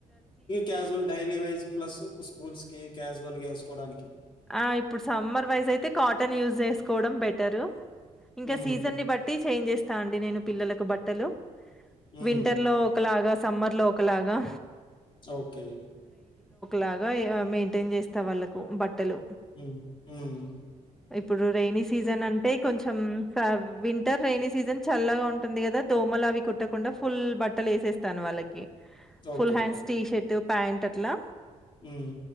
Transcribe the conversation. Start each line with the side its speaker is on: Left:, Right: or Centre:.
Left: క్యాజువల్ డైలీ వేర్ ప్లస్ స్కూల్స్కీ క్యాస్వల్ వల్గా ఏసుకోవడానికి
Centre: ఆ ఇప్పుడు సమ్మర్ వైజ్ అయితే కాటన్ యూజ్ చేసుకోవడం బెటరు ఇంకా
Left: హ్మ్.
Centre: సీజన్ని బట్టి చేంజ్ చేస్ స్తా అండి నేను పిల్లలకు బట్టలు
Left: హ్మ్.
Centre: వింటర్లో ఒకలాగా సమ్మర్లో ఒకలాగా
Left: ఓకే
Centre: లాగా మెయింటైన్ చేస్తా వాళ్ళలకు బట్ ట్టలు
Left: హ్మ్. హ్మ్.
Centre: ఇప్పుడు రైనీ సీజన్ అంటే కొంచం విన్ వింటర్ రైైనీ సీజన్ చల్లగా ఉంటుంది కదా దోమల్ అవి కుట్టకుండా ఫుల్ బట్టల్ ఏసేస్తాను వాళ్ళకి
Left: okay.
Centre: full Hands T shirt pant అట్లా
Left: హ్